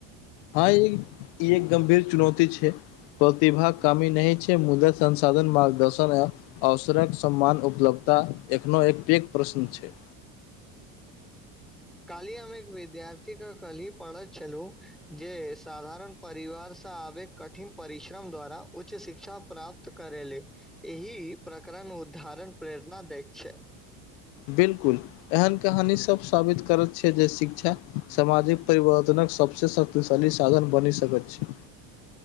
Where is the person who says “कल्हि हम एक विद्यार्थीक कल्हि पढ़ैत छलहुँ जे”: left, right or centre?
Centre